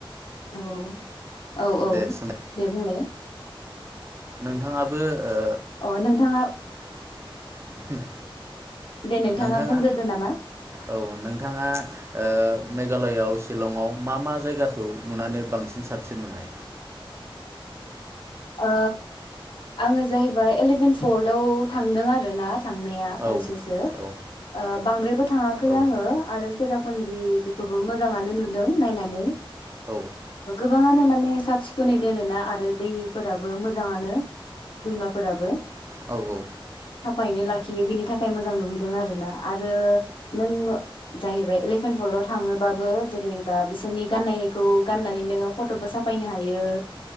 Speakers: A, on the left (about 65°); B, on the right (about 30°).
A: औ औ औ
B: दे सों
A: दे बुंलाय
B: नोंथाङाबो ओ
A: अ नोंथाङा
B: <unintelligible> ओ
A: दे
B: नोंथाङा
A: बुंग्रोदो नामा
B: औ नोंथाङा ओ मेघालयाव चीलंआव मा मा जायगाखौ नुनानै बांसिन साबसिन नुनाय
A: ओ आङो जाहैबाय एलेभेन फल्थआव थांदों आरोना थांनाया
B: औ
A: खनसेसो
B: औ
A: ओ बांद्रायबो थाङाखै
B: औ
A: आङो आरो सेरापुन्जि बेखो बो मोजांङानो नुदों नायनानै
B: औ
A: गोबाङानो माने साब सिखुनै दोनोना आरो दै फोराबो मोजांङानो दैमाफोराबो
B: औ औ
A: साफायैनो लाखियो बेनि थाखाय मोजां नुहैदों आरो ना आरो नों जाहैबाय एलिफेन्ट फल्डाव थाङोबाबो जेनेबा बिसोरनि गाननायखौ गाननानै नोङो फटबो साफायनो हायो